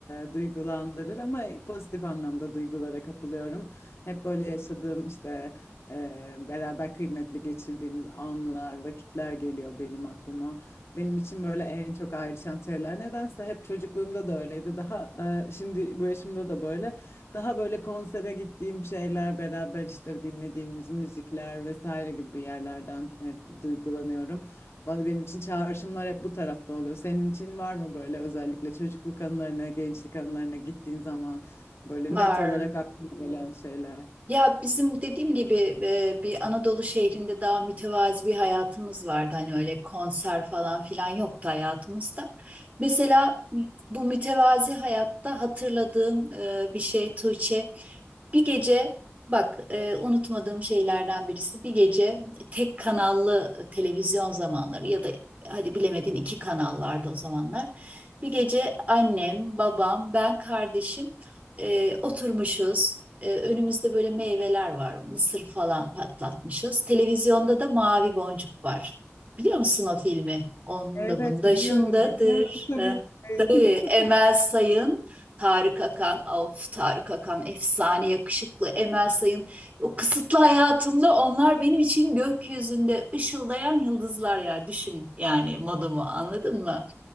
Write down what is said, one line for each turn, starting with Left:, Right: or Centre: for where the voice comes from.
Left: e, duygulandırır ama pozitif anlamda duygulara kapılıyorum. Hep böyle yaşadığım işte e, beraber kıymetli geçirdiğimiz anlar, vakitler geliyor benim aklıma. Benim için böyle en çok ayrışan şeyler nedense hep çocukluğumda da öyleydi. Daha e, şimdi bu yaşımda da böyle daha böyle konsere gittiğim şeyler beraber işte dinlediğimiz müzikler vesaire gibi yerlerden hep duygulanıyorum. Bana benim için çağrışımlar hep bu tarafta oluyor. Senin için var mı böyle özellikle çocukluk anılarına, gençlik anılarına gittiğin zaman böyle
Right: Var
Left: net olarak aklına gelen şeyler?
Right: Ya bizim dediğim gibi e, bir Anadolu şehrinde daha mütevazi bir hayatımız vardı. Hani öyle konser falan filan yoktu hayatımızda. Mesela bu mütevazi hayatta hatırladığım e, bir şey Tuğçe. Bir gece bak e, unutmadığım şeylerden birisi bir gece tek kanallı televizyon zamanları ya da hadi bilemedin iki kanal vardı o zamanlar. Bir gece annem, babam, ben, kardeşim e, oturmuşuz. E, önümüzde böyle meyveler var. Mısır falan patlatmışız. Televizyonda da Mavi Boncuk var. Biliyor musun o filmi? Onda
Left: Evet
Right: bunda
Left: biliyorum
Right: şundadır.
Left: biliyorum tabii
Right: Ha, tabii
Left: ki.
Right: Emel
Left: <laughs>
Right: Sayın, Tarık Akan. Of Tarık Akan efsane yakışıklı Emel Sayın. O kısıtlı hayatımda onlar benim için gökyüzünde ışıldayan yıldızlar ya. Düşün yani modumu anladın mı?